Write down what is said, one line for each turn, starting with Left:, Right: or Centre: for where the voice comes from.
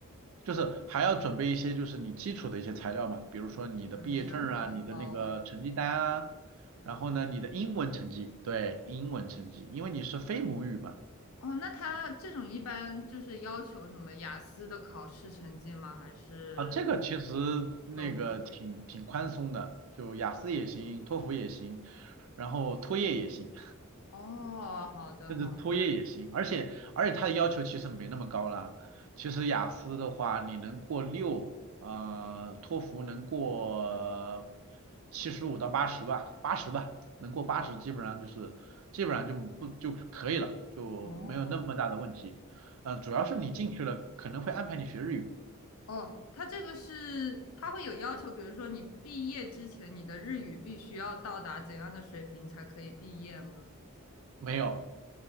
Right: 就是还要准备一些就是你基础的一些材料嘛，比如说你的毕业证啊，
Left: 嗯，身份哦，
Right: 你的那个成绩单啊，
Left: 我
Right: 然后呢，
Left: 我懂。
Right: 你的英文成绩，对，英文成绩，因为你是非母语嘛，
Left: 哦，那他这种一般就是要求什么雅思的考试成绩吗？还是
Right: 啊，这个其实那个挺挺宽松的，
Left: 都？
Right: 就雅思也行，托福也行，然后托业也行。
Left: 哦，好的好的。
Right: 甚至托业也行，而且而且它的要求其实没那么高啦。其实雅思的话，你能过六，呃，托福能过七十五到八十吧，八十吧，能过八十基本上就是基本上就不就可以了，就没有那么大的问题。
Left: 哦，
Right: 嗯、主要是你进去了可能会安排你学日语，
Left: 哦，它这个是它会有要求，比如说你毕业之前，你的日语必须要到达怎样的水平才可以毕业吗？
Right: 没有，